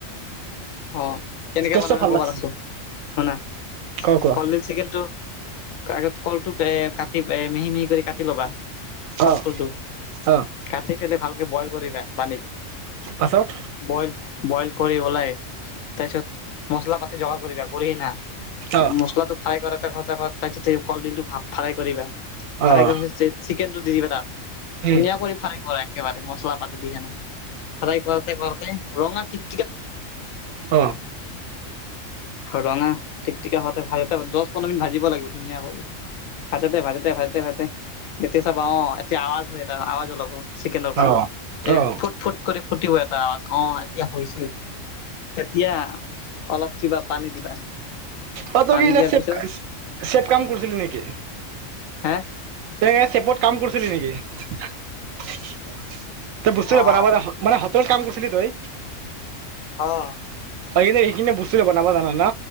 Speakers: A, on the left (about 80°); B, on the right (about 80°).
A: অ', কেনেকে
B: টেষ্টটো
A: বনাবি মই
B: ভাল
A: ক'বা
B: লাগিছে
A: লাগছো শুনা
B: কোৱা কোৱা
A: কলিডিল চিকেনটো আগত কলটো এ কাটি এ মিহি মিহি কৰি কাটি লবা কল
B: অ
A: ফুলটো
B: অ',
A: কাটি পেলে ভালকে বইল কৰিবা পানীত।
B: পাছত
A: বইল বইল কৰি ওলাই তাৰপিছত মছলা পাতি জোগাৰ কৰি ৰাখ কৰি হেনা
B: অ',
A: মছলাটো ফ্ৰাই কৰাতে কৰাতে তাৰপিছত সেই কলডিলটো ফা ফ্ৰাই কৰিবা ফ্ৰাই
B: অ',
A: কৰাৰ পিছত চিকেন টো দি দিবা তাত, ধুনীয়া
B: উম,
A: কৰি ফ্ৰাই কৰে। একেবাৰে মছলা পাতি দিয়ে কিনে ফ্ৰাই কৰোতে কৰোতে ৰঙা টিক
B: অ'।
A: ৰঙা টিক টিকা হওঁতে ভাজতে দহ পোন্ধৰ মিনিট ভাজিব লাগিব। ধুনীয়া কৰি, ভাজাতে ভাজাতে ভাজাতে ভাজতে তেতিয়া চাবা অ', এতিয়া আৱাজ হয় এটা আৱাজ উলাব চিকেনৰ
B: অ',
A: পৰা এই
B: অ', অ',
A: ফুট, ফুট ফুটিব এটা আৱাজ অ', এতিয়া হৈছে তেতিয়া অলপ কিবা পানী দিবা।
B: অ', তই
A: পানী
B: কি ইলা
A: দিয়াৰ
B: চেব
A: পিছত
B: চেব কাম কৰিছিলি নেকি?
A: হে
B: তই এ চেপত কাম কৰিছিলি নেকি। <unintelligible>
A: অ
B: মানে হোটেলত কাম কৰিছিলি তই।
A: অ'।
B: <unintelligible> এইখিনি বস্তুটো বনাব জানা না।